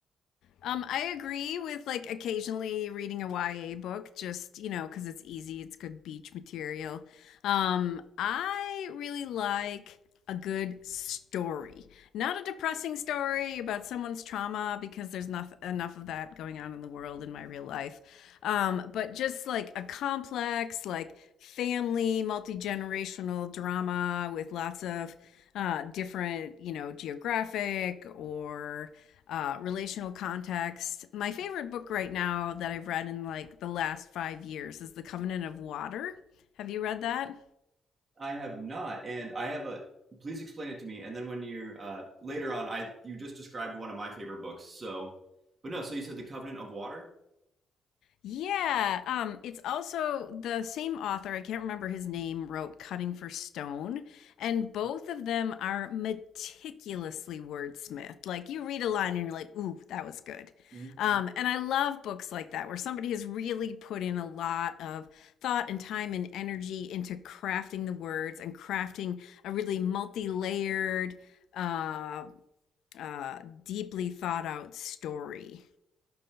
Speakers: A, on the left; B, on the right.
A: Um, I agree with like occasionally reading a YA book, just you know, because it's easy, it's good beach material. Um, I really like a good story, not a depressing story about someone's trauma, because there's not enough of that going on in the world in my real life. Um, but just like a complex, like family, multi generational drama with lots of uh, different, you know, geographic or uh, relational context. My favorite book right now that I've read in like the last five years is The Covenant of Water. Have you read that?
B: I have not, and I have a. Please explain it to me. And then when you uh, later on, I you just described one of my favorite books. So, but no. So you said the Covenant of Water.
A: Yeah, um, it's also the same author, I can't remember his name, wrote Cutting for Stone, and both of them are meticulously wordsmithed. Like you read a line and you're like, ooh, that was good.
B: Mhm.
A: Um, and I love books like that where somebody has really put in a lot of thought and time and energy into crafting the words and crafting a really multi-layered, uh, uh, deeply thought out story.